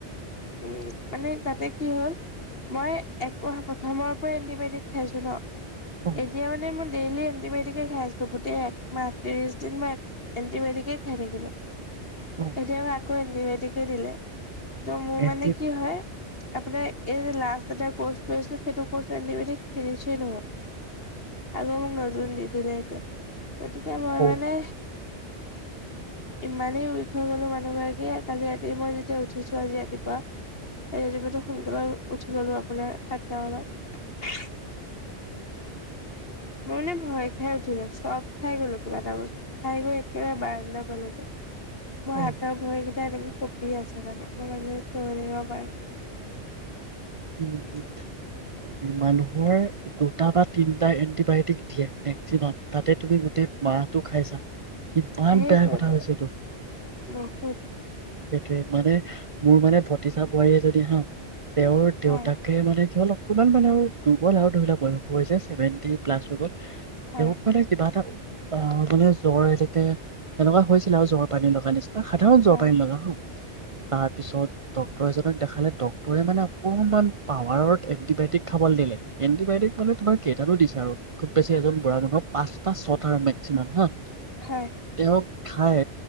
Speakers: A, on the left; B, on the right.
A: উম, মানে তাতে কি হল মই এক মাহৰ প্ৰথমৰ পৰাই এণ্টিবায়টিক খাইছো ন ।
B: অ
A: এতিয়া মানে ইমান ডেইলি এণ্টিবায়টিকে খাই আছিলো গোটেই একমাহ ত্ৰিশ দিন বা এণ্টিবায়টিকে খাই থাকিলো।
B: অ
A: এতিয়া মই আকৌ এণ্টিমেটিক ৰিলে। ত মোৰ
B: এণ্টি
A: মানে কি হয় আপোনাৰ এই লাষ্ট এ কৰ্চ কৰিছিল সেইটো নহয় আকৌ মোক নজুন দি দিলে এতিয়া। গতিকে মই
B: অ
A: মানে ইমানেই ৱীক হৈ গলো মানুহ গ আগে কালি ৰাতি মই যেতিয়া উঠিছো। আজি ৰাতিপুৱা - ৰাতিপুৱা সোনকালে উঠি গলো আপোনাৰ সাতটা মানত। মোৰামানে ভয় খাই উঠিলো চব খাই গলো কিবা এটা বস্তু খাই গৈ একেবাৰে বাৰান্ধা পালোগৈ <unintelligible> মই
B: অ
A: হাতৰ ভৰি কেইটাই থাকি <unintelligible> কপি আছে মানে ম মানে চৰেগ প <unintelligible>
B: উম, মানুহৰ দুটা বা তিন। এণ্টিবায়'টিক দিয়ে মেক্সিমাম তাতে তুমি গোটেই মাহটো খাইছা কিমান
A: সেইটোৱেটো
B: বেয়া কথা হৈছে এটো।
A: বহুত
B: সেইটোৱে মানে মোৰ মানে ভতিজা বোৱাৰীয়ে যদি হা তেওঁৰ দেউতাকে
A: হয়
B: মানে কি হ'ল অকণমান মানে আৰু দুুৰ্বল আৰু ধৰি লক বয়সো হৈছে ছেভেটি প্লাছ হৈগল।
A: হয়
B: সেহক মানে কিবা এটা অ মানে জ্বৰ এনেকে তেনেকুৱা হৈছে। ন জ্বৰ পানী লগা নিচিনা সাধাৰণ
A: হয়
B: জ্বৰ পানী লগা তাৰপিছত ডক্তৰ এজনক দেখালে ড পৰি মানে অকমান পাৱাৰত এণ্টিবায়টিক খাবলৈ দিলে এণ্টিবায়টিক মানে তোমাৰ কেইটানো দিছে আৰু খুব বেছি এজন বুঢ়া মানুহক পাঁচটা ছটা আৰু মেক্সিমাম হা
A: হয়
B: তেওঁক খাই